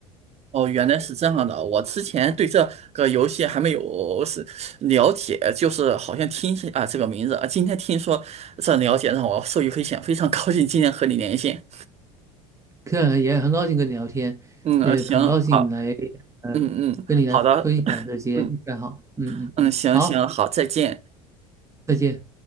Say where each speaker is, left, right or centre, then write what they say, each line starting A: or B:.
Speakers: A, on the right; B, on the right.
A: 哦，原来是这样的。我之前对这个游戏还没有是了解，就是好像听起啊这个名字啊，今天听说这了解让我受益匪浅，非常高兴今天和你连线。
B: 这也很高兴跟你聊天，
A: 嗯，
B: 也很高兴来呃跟你来分享这些兴趣爱好。
A: 行，好，嗯嗯，好的，嗯
B: 嗯嗯嗯，
A: 嗯，行行，
B: 好，
A: 好，再见。
B: 再见。